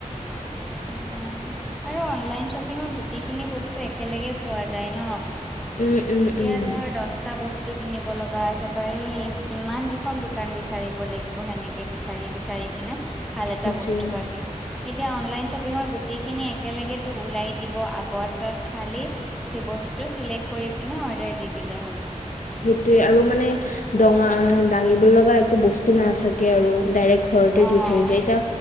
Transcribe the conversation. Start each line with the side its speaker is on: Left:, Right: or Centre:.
Centre: সেইকাৰণে আৰু অনলাইন শ্বপিঙত গোটেইখিনি বস্তু একেলগে পোৱা যায় ন।
Left: উম উম
Centre: এতিয়া
Left: উম।
Centre: ধৰ দশটা বস্ত টো কিনিব লগা আছে, তই এই কিমান কেখন দোকান বিচাৰিব লাগিব সেনেকে বিচাৰি বিচাৰি বি ন, ভাল এটা
Left: সেইটোৱে
Centre: বস্তু পাবি এতিয়া অনলাইন শ্বপিঙৰ গোটেই খিনি একেলগে তোক ওলাই দিব আগত খালি স বস্তু চিলেক্ট কৰি পিনে অৰ্ডাৰ দি দিলে হল।
Left: সেইটোৱে আৰু মানে দঙা দাঙিব লগা একো বস্তু নাথাকে আৰু ডাইৰেক্ট ঘৰতে
Centre: অ',
Left: দি থৈ যায়। এতিয়া